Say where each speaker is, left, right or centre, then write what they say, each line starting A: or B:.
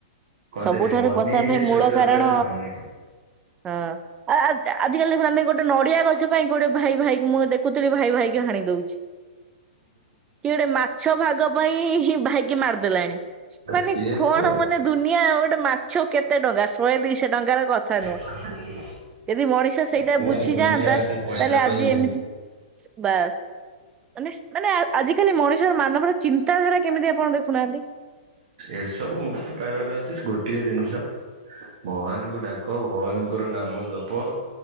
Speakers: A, on the right (about 60°); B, on the right (about 25°).
A: କହନ୍ତିନି
B: ସବୁଠାରୁ
A: ମନି
B: ପଚାର
A: ଇଜ
B: ପାଇଁ
A: ଏ ସ୍ଵିଟର
B: ମୂଳ କାରଣ
A: ଦେନ ହନି।
B: ହଁ। ଆ ଆଜି ଆଜିକାଲି ଦେଖୁନାହାନ୍ତି ଗୋଟେ ନଡିଆ ଗଛ ପାଇଁ ଗୋଟେ ଭାଇ ଭାଇକି ମୁଁ ଦେଖୁଥିଲି ଭାଇ ଭାଇକି ହାଣି ଦୋଉଚି। କି ଗୋଟେ ମାଛ ଭାଗ ପାଇଁ ହିଁ ଭାଇକି ମାରିଦେଲାଣି। ମାନେ
A: ସିଏ
B: କଣ
A: କୁହ
B: ମାନେ ଦୁନିଆ ଗୋଟେ ମାଛ କେତେ ଟଙ୍କା ଶହେ ଦୁଇ ଶହ ଟଙ୍କାର କଥା ନୁହଁ।
A: <inaudible>
B: ଯଦି ମଣିଷ ସେଇଟା
A: କୁହନି
B: ବୁଝିଯାଆନ୍ତା
A: ଦୁନିଆ ସେ
B: ତାହେଲେ
A: ପଇସା
B: ଆଜି
A: ପାଇଁ
B: ଏମିତି ବାସ୍ ମାନେସ୍ ମାନେ ଆଜିକାଲି ମଣିଷର ମାନବର ଚିନ୍ତାଧାରା କେମିତି ଆପଣ ଦେଖୁନାହାନ୍ତି।
A: ଏସବୁ ମୁକ୍ତି ପାଇବାର ଅଛି ଗୋଟିଏ ଜିନିଷ ଭଗବାନଙ୍କୁ ଡା କ ଭଗବାନଙ୍କର ନାମ ଜପ।